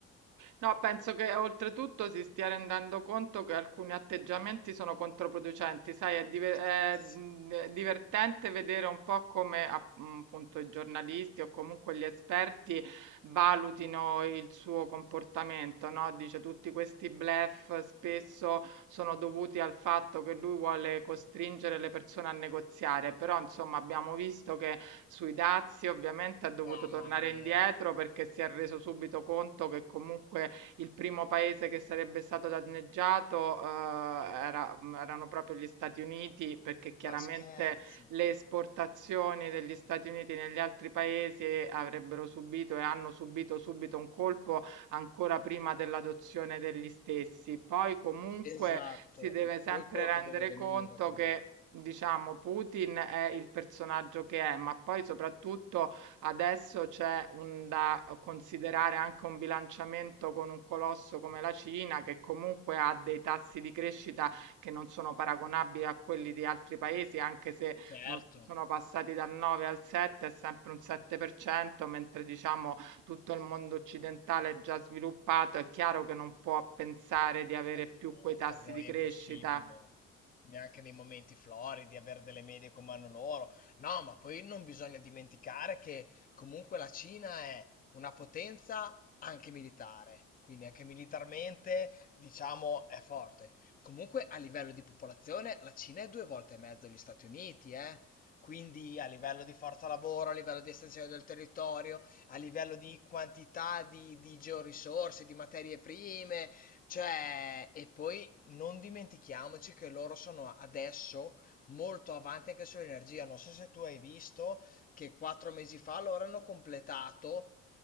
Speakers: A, on the right (about 55°); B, on the left (about 25°).
A: No, penso che oltretutto si stia rendendo conto che alcuni atteggiamenti sono controproducenti, sai, è, diver- è,
B: Scherzi.
A: mh, è divertente vedere un po' come app- mh, appunto i giornalisti o comunque gli esperti valutino il suo comportamento, no? Dice tutti questi bluff spesso sono dovuti al fatto che lui vuole costringere le persone a negoziare, però insomma abbiamo visto che sui dazi ovviamente ha dovuto
B: Mamma
A: tornare
B: mia,
A: indietro perché si è reso subito conto che comunque il primo paese che sarebbe stato danneggiato, eh, era- mh, erano proprio gli Stati Uniti, perché chiaramente
B: ma scherzi.
A: le esportazioni degli Stati Uniti negli altri paesi avrebbero subito e hanno subito subito un colpo ancora prima dell'adozione degli stessi. Poi comunque
B: Esatto,
A: si deve
B: e
A: sempre
B: poi quello
A: rendere
B: che deve venire
A: conto
B: per
A: che
B: me.
A: Diciamo, Putin è il personaggio che è, ma poi soprattutto Adesso c'è un da eh, considerare anche un bilanciamento con un colosso come la Cina, che comunque ha dei tassi di crescita che non sono paragonabili a quelli di altri paesi, anche se
B: Certo.
A: non sono passati dal 9 al 7, è sempre un 7%, mentre diciamo tutto il mondo occidentale è già sviluppato, è chiaro che non può pensare di avere
B: No,
A: più quei tassi
B: per noi
A: di crescita
B: è impossibile, neanche nei momenti floridi, avere delle medie come hanno loro. No, ma poi non bisogna dimenticare che comunque la Cina è una potenza anche militare, quindi anche militarmente, diciamo, è forte. Comunque a livello di popolazione la Cina è due volte e mezzo gli Stati Uniti, eh? Quindi a livello di forza lavoro, a livello di estensione del territorio, a livello di quantità di, di georisorse, di materie prime, cioè, e poi non dimentichiamoci che loro sono adesso molto avanti anche sull'energia. Non so se tu hai visto che quattro mesi fa loro hanno completato